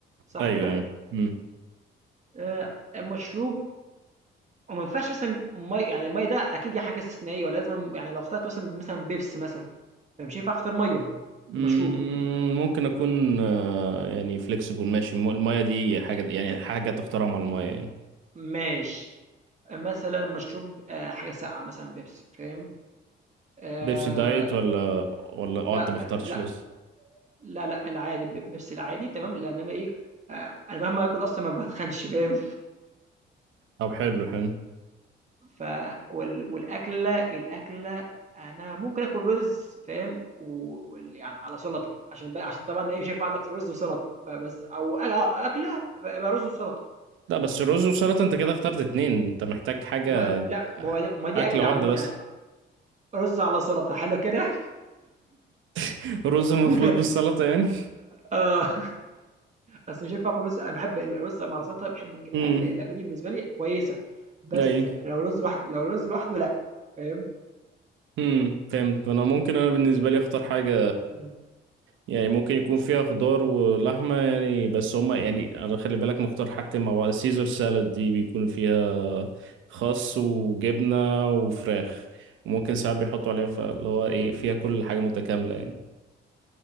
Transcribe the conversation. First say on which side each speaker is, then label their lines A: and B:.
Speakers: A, on the right; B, on the right.
A: صح
B: ايوه
A: كده؟
B: يعني مم.
A: آآ المشروب وما ينفعش مثلا مي يعني المية ده أكيد دي حاجة استثنائية ولازم يعني لو اخترت مثلا مثلا بيبسي مثلا فمش هينفع أختار مية
B: مم،
A: في مشروب
B: ممكن اكون آه، يعني فليكسيبل ماشي الم- الميه دي حاجه يعني حاجه تختارها مع الميه يعني
A: ماشي مثلا مشروب آه، حاجة ساقعة مثلا بيبسي فاهم آه
B: بيبسي دايت ولا ولا اه
A: لا
B: انت ما اخترتش
A: لا
B: لسه
A: لا لا العادي بيبسي العادي تمام لأن أنا إيه آه أنا مهما آكل أصلا ما بتخنش فاهم
B: طب حلو حلو
A: ف وال والأكلة الأكلة أنا ممكن آكل رز فاهم، و وال يعني على سلطة، عشان ب عشان طبعًا إيه مش هينفع أقول لك رز وسلطة، فبس أو أ آه أكلة يبقى رز وسلطة،
B: لا بس رز وسلطة انت كده اخترت اتنين انت محتاج حاجة
A: ما لأ ما هو د ما دي
B: أكلة
A: أكلة
B: واحدة
A: عمومًا
B: بس
A: يعني رز على سلطة حلو كده
B: <laughs> رز مخلوط
A: <laughs>
B: بالسلطة يعني
A: آه، بس مش هينفع آكل رز أنا باحب الرز مع السلطة باحبه ج
B: امم
A: أكلة الأكلة دي بالنسبة لي كويسة، بس
B: اي
A: لو رز لوحد لو رز لوحده لأ، فاهم؟
B: امم فهمت انا ممكن انا بالنسبة لي اختار حاجة
A: إمم،
B: يعني ممكن يكون فيها خضار ولحمة يعني بس هما يعني انا خلي بالك مختار حاجتين مع بعض السيزر سالاد دي بيكون فيها خس وجبنة وفراخ وممكن ساعات بيحطوا عليها فاللي هو ايه فيها كل حاجة متكاملة يعني